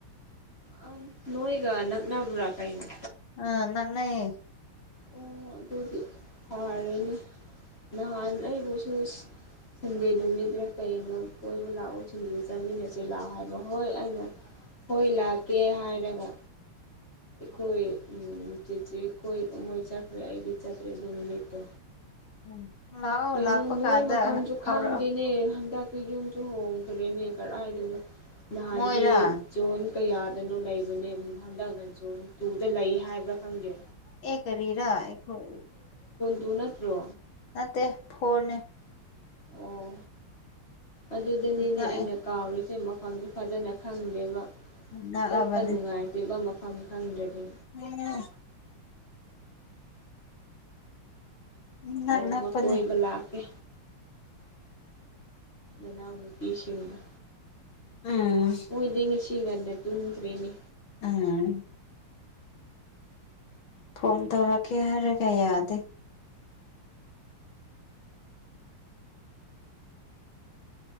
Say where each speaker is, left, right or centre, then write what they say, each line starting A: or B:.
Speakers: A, on the left; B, on the left.
A: ꯑ ꯅꯣ ꯏꯒ ꯅꯒꯅꯕ ꯔ ꯀꯥꯏꯅꯤ
B: ꯑꯥ ꯅꯪꯅꯥꯑ
A: ꯑꯣ ꯑꯗꯨꯗꯤ ꯐꯔꯦꯅꯦ ꯅꯍꯥꯟ ꯑꯩꯕꯨꯁꯨ ꯁꯟꯗꯦ ꯅꯨꯃꯤꯠꯇ꯭ꯔ ꯀꯩꯅꯣ ꯀꯣꯏꯕ ꯂꯥꯛꯑꯣ ꯁꯤꯡꯖꯨ ꯆꯥꯃꯤꯟꯅꯁꯦ ꯂꯥꯛꯑꯣ ꯍꯥꯏꯕ ꯍꯣꯏ ꯑꯩꯅ ꯍꯣꯏ ꯂꯥꯛꯀꯦ ꯍꯥꯏꯔꯒ ꯈꯣꯏ ꯎ ꯇꯆꯣꯏ ꯃꯣꯏ ꯆꯀꯔꯤ ꯑꯗꯤ ꯆꯀꯔꯤꯗꯨꯅ ꯅꯇ
B: ꯎꯝ ꯂꯥꯛꯑꯣ
A: ꯀꯩꯅꯣ
B: ꯂꯥꯛꯄ
A: ꯅꯣꯏ
B: ꯀꯥꯟꯗ
A: ꯃꯐꯝꯁꯨ
B: ꯐꯥꯎꯔꯛꯑꯣ
A: ꯈꯪꯗꯦꯅꯦ ꯍꯟꯗꯛ ꯑꯩꯈꯣꯏ ꯌꯨꯝꯁꯨ ꯍꯣꯡꯗ꯭ꯔꯦꯅꯦ ꯀꯔ ꯍꯥꯏꯗꯅꯣ ꯅꯍꯥꯟꯗꯤ
B: ꯃꯣꯏꯔꯥ
A: ꯖꯣꯟ ꯀꯌꯥꯗꯅꯣ ꯂꯩꯕꯅꯦ ꯍꯟꯗꯛꯅ ꯖꯣꯟ ꯇꯨꯗ ꯂꯩ ꯍꯥꯏꯕ ꯈꯪꯒꯦ
B: ꯇꯔꯤꯔ ꯑꯩꯈꯣꯏ
A: ꯇꯅ ꯄ꯭ꯔꯣ
B: ꯅꯠꯇ ꯐꯣꯔꯅꯦ
A: ꯑꯣ ꯑꯗꯨꯗꯅꯤꯅꯦ
B: ꯑꯗꯨ ꯅꯛꯑꯦ
A: ꯑꯩꯅ ꯀꯥꯎꯔꯤ ꯁꯤ ꯃꯐꯝꯗꯨ ꯐꯖꯅ ꯈꯪꯗꯦꯕ
B: ꯅꯛꯑꯕꯅꯦ
A: ꯆꯠꯄ ꯅꯨꯡꯉꯥꯏꯇꯦꯕ ꯃꯐꯝ ꯈꯪꯗ꯭ꯔꯗꯤ
B: ꯎꯝ ꯏꯅꯛ
A: ꯅꯣꯡꯃ
B: ꯅꯛꯄꯅꯦ
A: ꯀꯣꯏꯕ ꯂꯥꯛꯀꯦ ꯏ ꯄꯁꯤꯗ
B: ꯎꯝ
A: ꯑꯣ ꯏꯗꯤꯁꯤꯤꯒ ꯇꯨꯡ ꯀꯦꯅꯦ
B: ꯎꯝ ꯐꯣꯟ ꯇꯧꯔꯛꯀꯦ ꯍꯥꯏꯔꯒ ꯌꯥꯗꯦ